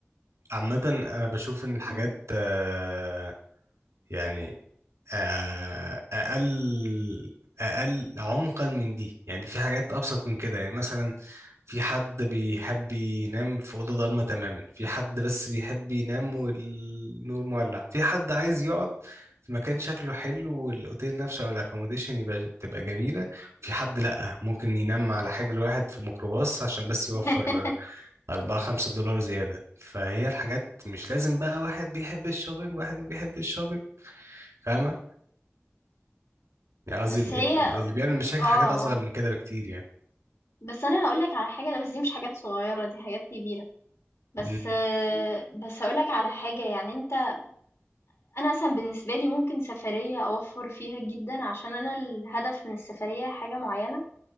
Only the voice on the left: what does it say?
مم.
<laughs>
بس
هي
اه اه
بس انا هقولك على حاجه بس دي مش حاجات صغيره دي حاجات كبيره بس
آه، بس هقولك على حاجه يعني انت انا مثلا بالنسبه لي ممكن سفريه اوفر فيها جدا عشان انا الهدف من السفريه حاجه معينه